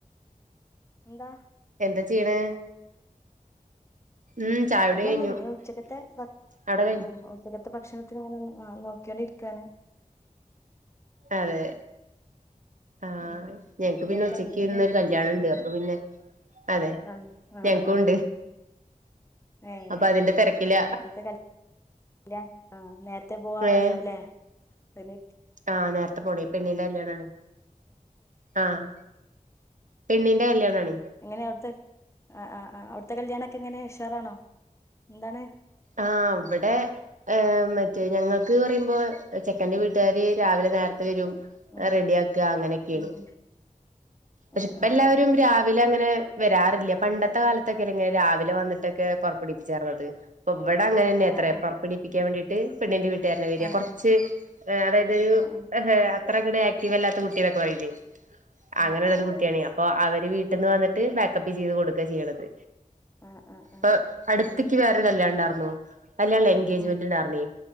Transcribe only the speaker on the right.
എന്താ ചിയ്യ്ണേ. ഉം ചായുടി
കഴിഞ്ഞു
അവിടെ
കഴിഞ്ഞു
അതെ ആഹ്
ഞങ്ങക്ക്
പിന്നെ ഉച്ചക്ക്
ഇന്നൊരു
കല്യാണം
ഉണ്ട്
പിന്നെ അതെ
ഞങ്ങക്കും
ഉണ്ട്
അപ്പൊ അതിന്റെ തിരക്കില
ഏഹ്
ആഹ്. നേര്ത്തെ പോണെയ്. പെണ്ണിന്റെ കല്യാണാണ്. ആഹ്. പെണ്ണിന്റെ കല്യാണാണയ്
ആഹ് വടെ ഹ് മറ്റേ ഞങ്ങക്ക് പറയ്മ്പോ ചെക്കന്റെ വീട്ടാര് രാവിലെ നേർത്തെ വരും.
അഹ് റെഡ്യാക്ക. അങ്ങനെക്കെണ്.
പക്ഷെ
പ്പ
ല്ലാവരും
രാ വിലങ്ങനെ വരാറില്യ. പണ്ടത്തെ കാലത്തൊക്കെല്ലങ്ങനെ രാവിലെ വന്ന്ട്ടക്കെ പോറപ്പെടീപ്പിച്ചേർന്നത് പ്പ വടെ അങ്ങനെന്നെ
ത്രേ
പോർപ്പെടീപ്പിക്കാൻ വേണ്ടി ട്ട് പെണ്ണിന്റെ വീട്ടാരന്നെ വേര.
കൊർച്ച് ഹ് അതായത് ഹ്
എഹെ അത്രങ്ങട്ട് ആക്റ്റീവല്ലാത്ത കുട്ടി ന്നെക്കെ പറില്യേ. അങ്ങനെള്ളൊരു
കുട്ടിയാണെ. അപ്പൊ അവര് വീട്ടിന്ന് വന്ന്ട്ട് ബാക്കപ്പ് ചീത് കൊട്ക്കാ ചിയ്യ്ണത്.
പ്പ അട്ത്ത്ക്കി വേറൊരു കല്യാണണ്ടാർന്നു. കല്യാൺല്ല എൻ ഗേജ്മെന്റ്ണ്ടാർന്നെ.